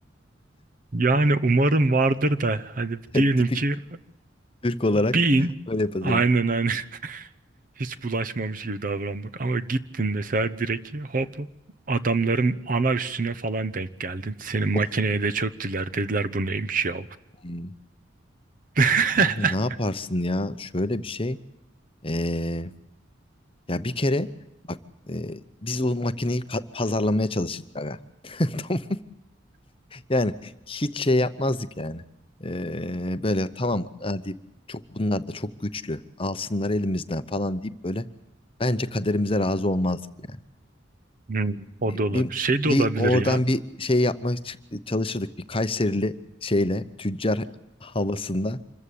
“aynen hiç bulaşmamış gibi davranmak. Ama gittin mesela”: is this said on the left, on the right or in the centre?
Right